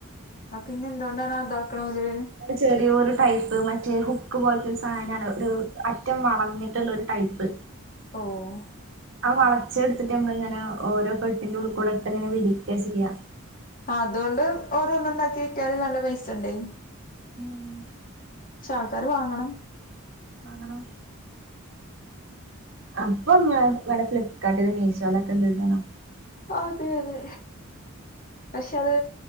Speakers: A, on the left (about 40°); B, on the right (about 65°).
A: അ പിന്നെ എന്തുകൊണ്ടാണ് ഇതാക്കണത്
B: ചെറിയ ഒരു ടൈപ്പ്, മറ്റേ ഹുക്ക് പോലത്തെ ഒരു സാധനമാണ്. ഒരു അറ്റം വളഞ്ഞിട്ടുള്ള ഒരു ടൈപ്പ്.
A: ഓഹ്
B: ആ വളച്ചെടുത്തിട്ട് നമ്മള ഇങ്ങനെ ഓരോ പെ അതിന്റെ ഉൾക്കൂടെട്ട്ങ്ങനെ വലിക്ക ചെയ്യാം.
A: ആ അതുകൊണ്ട് ഓരോണ് ഉണ്ടാക്കി വെക്കാല് നല്ല പൈസ ഉണ്ട്.
B: ഉം.
A: പക്ഷെ ആൾക്കാര് വാങ്ങണം.
B: വങ്ങണം. അപ്പൊ നമ്മള് വല്ല ഫ്ലിപ്പ്കാർട്ടില്, മീഷോയിലൊക്കെ ഉണ്ടെന്നാണോ.
A: അതെ അതെ പക്ഷെ അത്